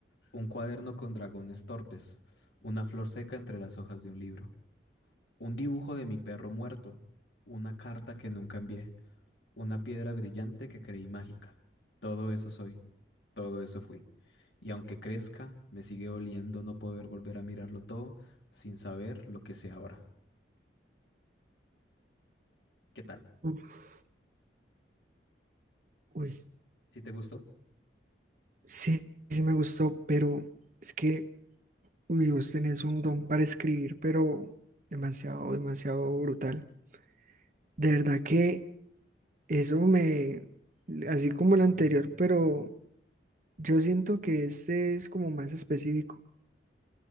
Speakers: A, on the left; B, on the right.
A: un cuaderno con dragones torpes, una flor seca entre las hojas de un libro, un dibujo de mi perro muerto, una carta que nunca envié, una piedra brillante que creí mágica. Todo eso soy, todo eso fui. Y aunque crezca, me sigue doliendo no poder volver a mirarlo todo sin saber lo que sé ahora. ¿Qué tal?
B: Uf, uy,
A: ¿Si te gustó?
B: Sí, sí me gustó, pero es que, uy, vos tenés un don para escribir, pero demasiado, demasiado brutal. De verdad que eso me, así como el anterior, pero yo siento que este es como más específico.